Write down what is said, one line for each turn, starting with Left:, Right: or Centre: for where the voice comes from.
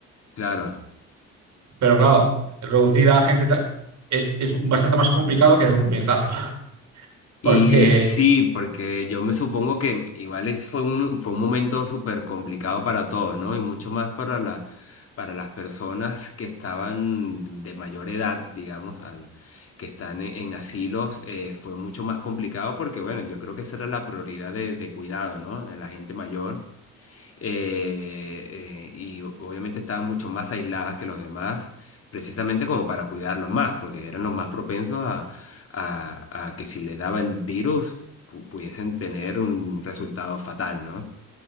Left: claro.
Right: Pero claro, reducir a gente ta- eh, es bastante más complicado que dar un puñetazo, <laughs> porque
Left: Y sí, porque yo me supongo que igual es- fue un, fue un momento súper complicado para todos, ¿no? Y mucho más para la, para las personas que estaban de mayor edad, digamos, al, que están en, en asilos, eh, fue mucho más complicado porque, bueno, yo creo que esa era la prioridad de, de cuidado, ¿no? De la gente mayor. eh, eh, y obviamente estaban mucho más aisladas que los demás, precisamente como para cuidarlos más, porque eran los más propensos a, a- a que si le daba el virus pu- pudiesen tener un resultado fatal, ¿no?